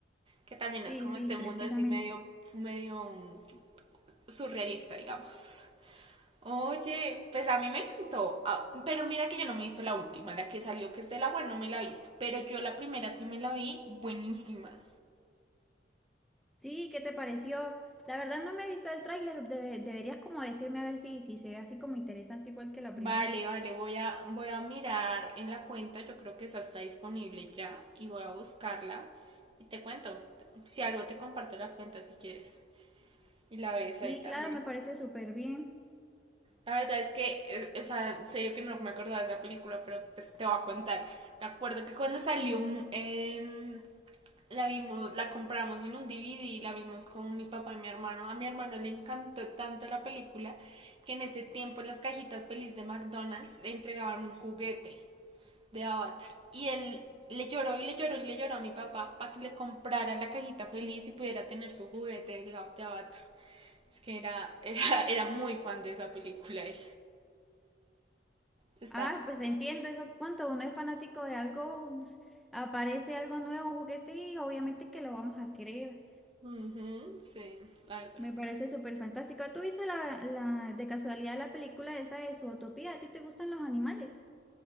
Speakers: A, on the right; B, in the centre.
A: Que también
B: Sí,
A: es como
B: sí,
A: este
B: precisamente.
A: mundo así medio, medio mm, surrealista, digamos. Oye, pues a mí me encantó, Ah, pero mira que yo no me he visto la última, la que salió que es del agua, no me la he visto, pero yo la primera sí me la vi, buenísima.
B: Sí, ¿qué te pareció? La verdad no me he visto el tráiler, debe- deberías como decirme a ver si, si se ve así como interesante igual que la
A: Vale,
B: primera.
A: vale, voy a, voy a mirar en la cuenta, yo creo que esa está disponible ya y voy a buscarla y te cuento, si algo te comparto la cuenta si quieres y la ves
B: Sí,
A: ahí también.
B: claro, me parece súper bien.
A: La verdad es que, eh, o sea, en serio que no me acordaba de esa película, pero pues, te voy a contar. Me acuerdo que cuando salió mm, em, La vimos, la compramos en un DVD y la vimos con mi papá y mi hermano. A mi hermano le encantó tanto la película que en ese tiempo en las cajitas feliz de McDonald's le entregaban un juguete de Avatar. Y él le lloró y le lloró y le lloró a mi papá para que le comprara la cajita feliz y pudiera tener su juguete de, Avatar. Es que era, era, era muy fan de esa película él. Está.
B: Ah, pues entiendo eso, cuando uno es fanático de algo, pues, aparece algo nuevo, un juguete y obviamente que lo vamos a querer.
A: Ujú, sí, la verdad es
B: Me
A: que
B: parece súper fantástico. ¿Tú viste la, la, de casualidad la película esa de Utopía? ¿A ti te gustan los animales?